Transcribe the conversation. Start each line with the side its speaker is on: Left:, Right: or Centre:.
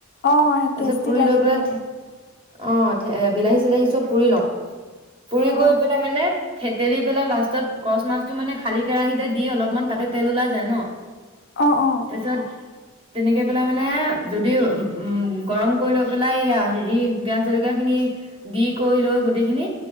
Left: অ
Right: তাৰপিছত
Left: টেষ্টি
Right: পুৰি
Left: লাগে
Right: লৈ পেলাই
Left: তেনেকে।
Right: অ বিলাহী, চিলাহী। পুৰি লওঁ। পুৰি
Left: অ'
Right: গৈ পেলাই মানে। ঠেতেলি পেলাই লাষ্টত কচ মাছটো মানে খালী কেৰাহীতে দি অলপমান তাতে তেল ওলাই যায় ন।
Left: অ', অ।
Right: তাৰপিছত তেনেকে পেলাই মানে যদি উ গৰম কৰি লৈ পেলাই হেৰি পিয়াজ জলকীয়া খিনি দি। কৰি লৈ গোটেইখিনি